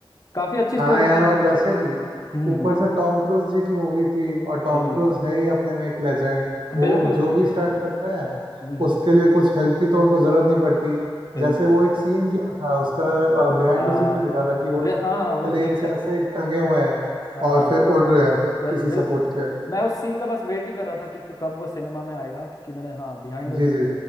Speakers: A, on the left (about 40°); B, on the right (about 60°).
A: काफी अच्छी
B: हाँ
A: स्टोरी
B: यार
A: थी
B: और वैसे भी
A: हम्म
B: ऊपर से टॉम क्रूज जी की मूवी थी और टॉम
A: जी हाँ,
B: क्रूज है ही अपने में एक लेजेंड वो
A: बिल्कुल
B: जो
A: बिल्कुल
B: भी स्टंट करते हैं
A: हम्म हम्म,
B: उसके लिए कुछ हेल्प की तो उनको जरूरत नहीं पड़ती
A: बिल्कुल
B: जैसे वो एक सीन किया था उसका बिहाइंड
A: आ,
B: द सीन भी दिखा था कि वो
A: बे-
B: एक
A: हाँ हाँ वो
B: प्लेन
A: देखता
B: से ऐसे टंगे हुए हैं
A: हाँ
B: और
A: हाँ
B: फिर उड़ रहे हैं
A: बे-
B: किसी
A: बिल्कुल
B: सपोर्ट के
A: मैं उस सीन का बस वेट ही कर रहा था कि कि कब वो सिनेमा में आएगा क्योंकि मैंने हाँ बिहाइंड द
B: जी
A: सीन
B: जी